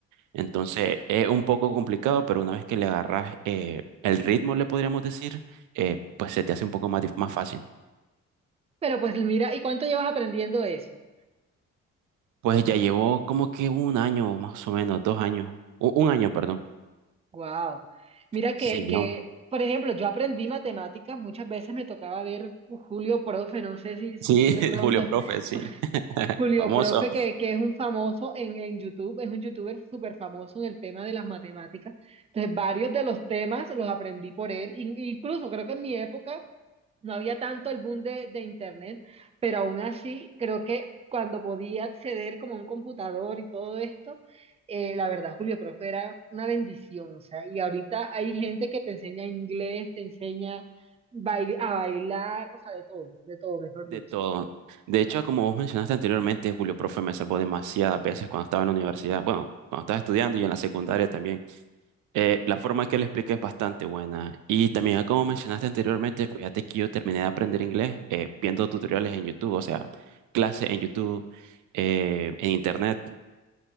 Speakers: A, on the right (about 80°); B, on the right (about 20°).
A: Entonces, es un poco complicado, pero una vez que le agarras eh, el ritmo, le podríamos decir, eh, pues se te hace un poco más, dif- más fácil.
B: Pero pues mira, ¿y cuánto llevas aprendiendo eso?
A: Pues ya llevó como que un año, más o menos, dos años, u- un, año, perdón.
B: Wow. Mira
A: Sí,
B: que, que,
A: ¿no?
B: por ejemplo, yo aprendí matemáticas, muchas veces me tocaba ver uh, Julio Profe, no sé si, si
A: Sí,
B: tú de
A: <laughs>
B: pronto,
A: Julio Profe, sí,
B: <laughs>
A: <laughs>
B: Julio
A: famoso.
B: Profe, que, que es un famoso en, en YouTube, es un youtuber súper famoso en el tema de las matemáticas. Entonces, varios de los temas los aprendí por él, In- incluso creo que en mi época no había tanto el boom de, de internet, pero aún así creo que cuando podía acceder como a un computador y todo esto, eh, la verdad, Julio Profe era una bendición, o sea, y ahorita hay gente que te enseña inglés, te enseña bail- a bailar, o sea, de todo, de todo, mejor
A: De
B: dicho.
A: todo. De hecho, como vos mencionaste anteriormente, Julio Profe me salvó demasiadas veces cuando estaba en la universidad. Bueno, cuando estaba estudiando y en la secundaria también. Eh, la forma que le expliqué es bastante buena. Y también, como mencionaste anteriormente, fíjate que yo terminé de aprender inglés eh, viendo tutoriales en YouTube, o sea, clases en YouTube, eh, en Internet,